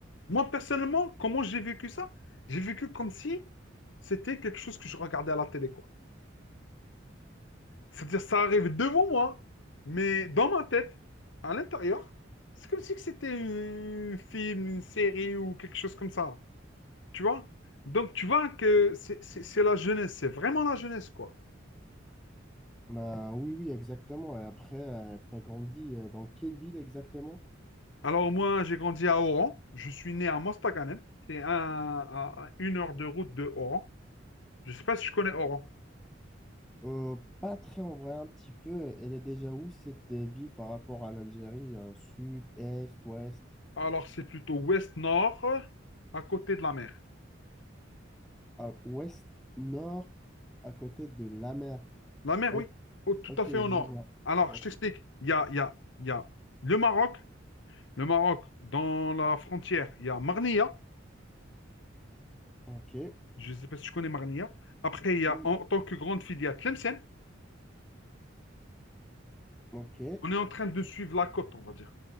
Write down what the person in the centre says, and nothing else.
Bah, oui, oui, exactement. Et après, tu as grandi euh, dans quelle ville exactement?
Euh, pas très en vrai, un petit peu. Elle est déjà où cette euh, ville par rapport à l'Algérie? euh, sud, est, ouest,
à, ouest, nord, à côté de la mer.
Ok,
ok,
je
vois.
Ok,
ok,
oui,
ok.